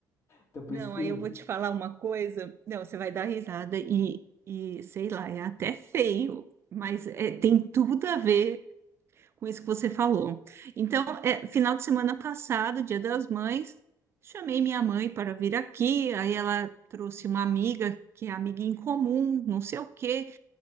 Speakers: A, on the left (about 35°); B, on the right (about 35°).
A: Então por
B: Não,
A: isso que.
B: aí eu vou te falar uma coisa. Não, você vai dar risada e, e sei lá, é até feio, mas é, tem tudo a ver. com isso que você falou. Então, é, final de semana passado, Dia das Mães, chamei minha mãe para vir aqui, aí ela trouxe uma amiga que é amiga em comum, não sei o quê.